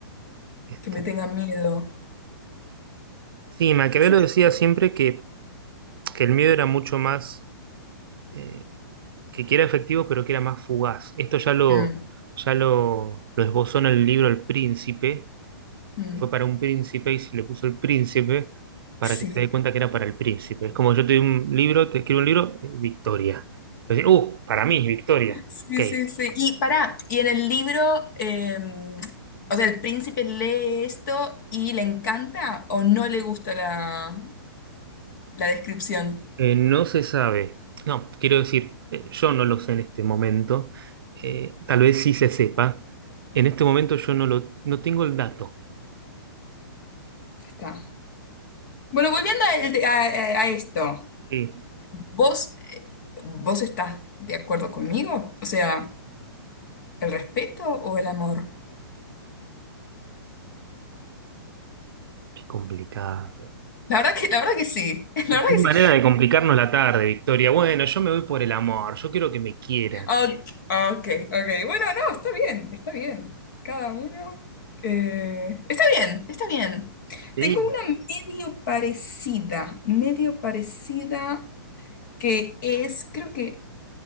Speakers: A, on the right; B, on the left.
A: este,
B: que me tengan miedo,
A: Sí, Maquiavelo
B: qué sé
A: decía siempre que, que el miedo era mucho más, eh, que que era efectivo, pero que era más fugaz. Esto ya lo,
B: yo.
A: ya lo, lo esbozó en el libro El Príncipe,
B: Mm, mm,
A: fue para un príncipe y se le puso el príncipe para
B: sí.
A: que se dé cuenta que era para el príncipe. Es como yo te doy un libro, te escribo un libro, eh, Victoria. Entonces, uh, para mí, Victoria.
B: Sí,
A: Ok. Eh,
B: sí, sí. Y para, y en el libro, eh, o sea, el príncipe lee esto y le encanta o no le gusta la, la descripción.
A: no se sabe. No, quiero decir, eh, yo no lo sé en este momento. Eh, tal vez sí se sepa. En este momento yo no lo, no tengo el dato.
B: Está. Bueno, volviendo a, el- a- a- a esto,
A: Sí.
B: ¿vos, vos estás de acuerdo conmigo? O sea, ¿el respeto o el amor?
A: Qué complicado.
B: La verdad que, la verdad que sí, <laughs> la
A: Qué
B: verdad
A: manera
B: que sí.
A: de complicarnos la tarde, Victoria. Bueno, yo me voy por el amor. Yo quiero que me quieran.
B: Ok, ok, ok. Bueno, no, está bien, está bien. Cada uno. eh, está bien, está bien.
A: Sí.
B: Tengo una medio parecida, medio parecida que es, creo que,